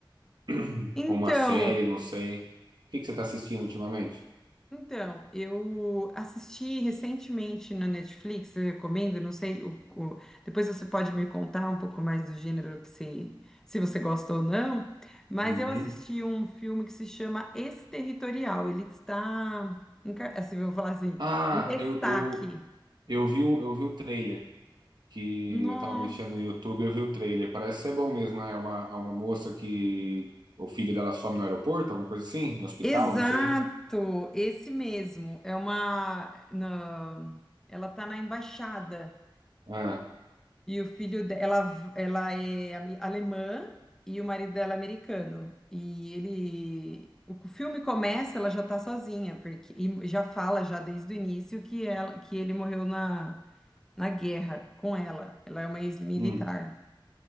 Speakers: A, on the right; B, in the centre.
A: <clears throat>
B: Então,
A: Ou uma série, não sei. O que que você tá assistindo ultimamente?
B: Então, eu assisti recentemente na Netflix, eu recomendo, não sei, o, o- depois você pode me contar um pouco mais do gênero que se, se você gosta ou não, mas
A: Uhum.
B: eu assisti um filme que se chama Exterritorial, ele está, em ca- assim, vamos falar assim,
A: Ah,
B: em destaque.
A: eu, eu, eu vi, o- eu vi o trailer, que
B: Nossa,
A: eu tava mexendo no YouTube, eu vi o trailer. Parece ser bom mesmo, né? É uma, é uma moça que o filho dela some no aeroporto, alguma coisa assim, no hospital,
B: exato,
A: não sei.
B: esse mesmo, é uma, na- ela está na embaixada.
A: Ah,
B: E o filho dela, ela é am- alemã e o marido dela é americano. E ele, o filme começa, ela já tá sozinha, porque e já fala já desde o início que ela, que ele morreu na, na guerra com ela. Ela é uma ex-militar.
A: hum,